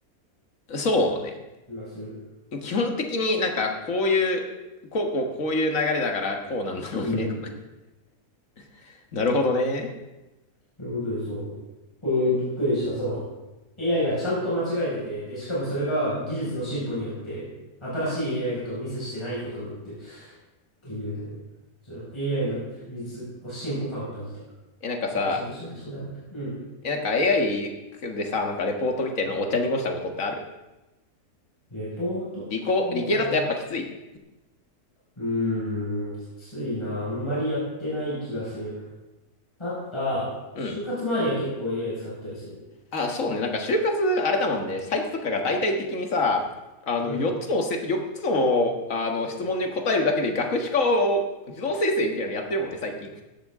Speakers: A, on the left; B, on the left.
A: う。そうね。
B: 気がする。
A: 基本的になんかこういう、こうこうこういう流れだからこうなんだろうね。
B: うん。
A: <laughs> なるほどね。
B: ということで、そう。これびっくりした。その、AI がちゃんと間違えてて、で、しかもそれが技術の進歩によって、新しい AI だとミスしてないことになってるっていうね、その AI の技術の進歩感を感じた。
A: え、なんかさ、
B: あ、ちゃんと進化したんだな。うん。
A: え、なんか AI でさ、なんかレポートみたいなのお茶濁したことってある
B: レポートか。
A: 理工、理系だとやっぱきつい。
B: うーん、きついな。あんまりやってない気がする。ただ、
A: うん。
B: 就活周りは結構 AI 使ったりする。
A: あ、そうね。なんか、就活、あれだもんね。サイトとかが大々的にさ、あの、
B: うん。
A: 4つのせ、4つの、あの、質問に答えるだけで学士化を自動生成みたいなのやってるもんね、最近。